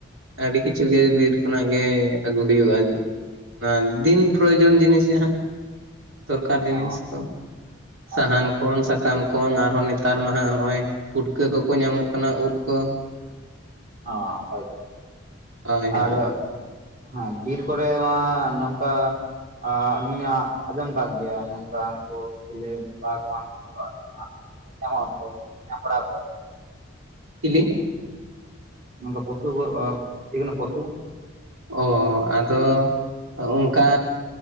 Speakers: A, on the right; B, on the right.
A: ᱟᱹᱰᱤ ᱠᱤᱪᱷᱩ ᱜᱮ ᱵᱤᱨ ᱠᱷᱚᱱᱟᱜ ᱜᱮ ᱟᱹᱜᱩ ᱦᱩᱭᱩᱜᱼᱟ ᱾ ᱚᱱᱟ ᱫᱤᱱ ᱯᱨᱚᱭᱳᱡᱚᱱ ᱡᱤᱱᱤᱥᱼᱼ ᱡᱟᱸᱦᱟ ᱫᱚᱨᱠᱟᱨ ᱡᱤᱱᱤᱥ
B: ᱚ
A: ᱠᱚ ᱥᱟᱦᱟᱱ
B: ᱟᱪᱪᱷᱟ
A: ᱠᱷᱚᱱ, ᱥᱟᱠᱟᱢ ᱠᱼᱼ ᱚᱛ ᱠᱷᱚᱱ ᱟᱨᱦᱚᱸ ᱱᱮᱛᱟᱨ ᱢᱟ ᱦᱟᱜ ᱦᱚᱸᱜᱼᱚᱭ ᱯᱩᱴᱠᱟᱹ ᱠᱚᱠᱚ ᱧᱟᱢᱚᱜ ᱠᱟᱱᱟ ᱳᱫ ᱠᱚ ᱾
B: ᱚᱸ ᱦᱚᱭ ᱛᱚ ᱦᱚᱭ ᱛᱚ
A: ᱦᱳᱭ
B: ᱟᱫᱚᱠᱼᱼ
A: ᱦᱳᱭ
B: ᱦᱮᱸ ᱵᱤᱨ ᱠᱚᱨᱮ ᱢᱟ ᱱᱚᱝᱠᱟ ᱟᱸ ᱟᱹᱞᱤᱧ ᱞᱤᱧ ᱟᱡᱚᱢ ᱠᱟᱜ ᱜᱮᱭᱟ ᱱᱚᱝᱠᱟ ᱩᱱᱠᱩ ᱪᱮᱞᱮ ᱵᱟᱜᱽ ᱮᱢᱟᱱᱠᱚ <inaudible> ᱩᱱᱠᱩ ᱦᱟᱸᱜ <inaudible> ᱧᱮᱞ ᱧᱟᱢᱚᱜ ᱟᱠᱚ ᱩᱱᱠᱩ ᱵᱤᱱ ᱧᱟᱢ ᱵᱟᱲᱟ ᱟᱠᱟᱫ ᱠᱚᱣᱟ <inaudible>
A: ᱪᱤᱞᱤ?
B: ᱱᱚᱝᱠᱟ ᱯᱚᱥᱩ ᱠᱚ <unintelligible> ᱡᱮᱠᱳᱱᱳ ᱯᱚᱥᱩ
A: ᱚ ᱟᱫᱚ ᱚᱝᱠᱟᱼᱼ